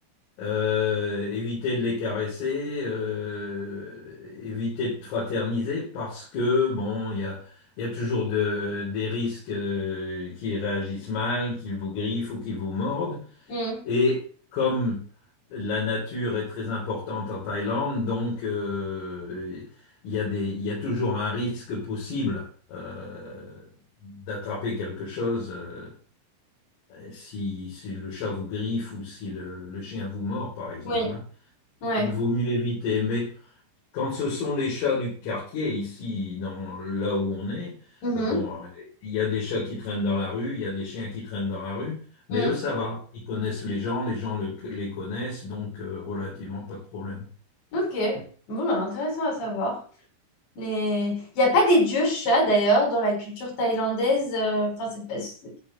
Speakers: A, on the left (about 75°); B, on the left (about 55°).
A: euh, éviter de les caresser, euh, éviter de fraterniser parce que, bon, il y a, il y a toujours de- des risques euh, qu'ils réagissent mal, qu'ils vous griffent ou qu'ils vous mordent.
B: Hmm.
A: Et comme la nature est très importante en Thaïlande, donc euh, il y a des, il y a toujours un risque possible euh, d'attraper quelque chose euh, si, si le chat vous griffe ou si le, le chien vous mord, par exemple.
B: Oui,
A: hein.
B: ouais.
A: Donc vaut mieux éviter. Mais quand ce sont les chats du quartier, ici, dans, là où on est,
B: Mhm,
A: euh, bon, euh, il y a des chats qui traînent dans la rue, il y a des chiens qui traînent dans la rue,
B: mhm.
A: mais eux, ça va. Ils connaissent les gens, les gens le- les connaissent, donc euh, relativement pas de problème.
B: Ok, bon, bah, intéressant à savoir. Les... Il n'y a pas des dieux chats d'ailleurs dans la culture thaïlandaise. euh, Enfin, c'est pas, c'est